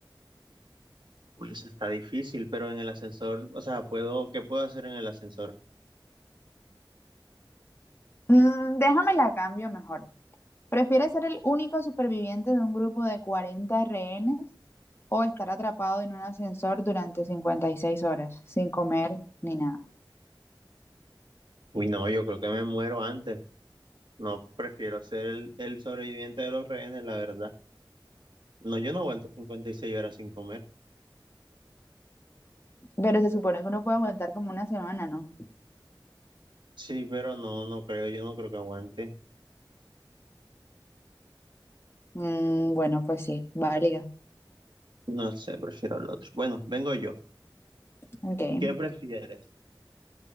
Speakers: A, on the right (about 65°); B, on the left (about 30°).
A: Uy, eso está difícil, pero en el ascensor, o sea, puedo, ¿qué puedo hacer en el ascensor?
B: Mm, déjame la cambio mejor. ¿Prefieres ser el único superviviente de un grupo de 40 rehenes o estar atrapado en un ascensor durante 56 horas sin comer ni nada?
A: Uy, no, yo creo que me muero antes. No, prefiero ser el, el sobreviviente de los rehenes, la verdad. No, yo no aguanto 56 horas sin comer.
B: Pero se supone que uno puede aguantar como una semana, ¿no?
A: Sí, pero no, no creo, yo no creo que aguante.
B: Mm, bueno, pues sí, válida.
A: No sé, prefiero el otro. Bueno, vengo yo.
B: Ok,
A: ¿Qué prefieres?